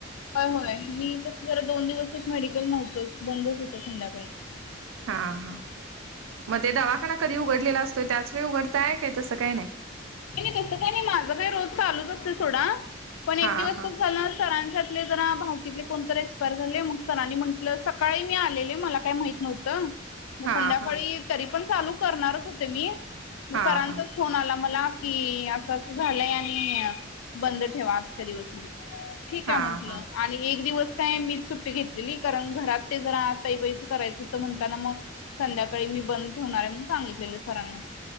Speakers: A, on the left (about 85°); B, on the right (about 80°).
A: ह होय मी तस जरा दोन दिवसच मेडिकल नव्हतंच बंदच होतं संध्याकाळी.
B: हां हा म ते दवाखाना कधी उघडलेला असतोय त्याच वेळ उघडताय आहे काय तसं काही नाही.
A: नाई नाई तसं काही नाही माझं काही रोज चालूच असत सोडा पण एक
B: हा
A: दिवस
B: हा
A: खूप झाल ना सरांच्या प्ले जरा भावकीतले कोणतर एक्सपायर झाले मग सरांनी म्हंटलं सकाळी मी आलेले मला काही माहित नव्हतं म
B: हा
A: संध्याकाळी
B: हा
A: तरी पण चालू करणारच होते मी म
B: हा
A: सरांचा
B: हा
A: फोन आला मला कि असं अस झालंय आणि बंद ठेवा आजच्या दिवस. ठीक
B: हा
A: काय म्हटलं.
B: हा
A: आणि एक दिवस काय मीच सुट्टी घेतलेली कारण घरात ते जरा तैबायचं करायचं तर म्हणताना म. संध्याकाळी मी बंद ठेवणार आहे म्हण सांगितलेलं सरांनी.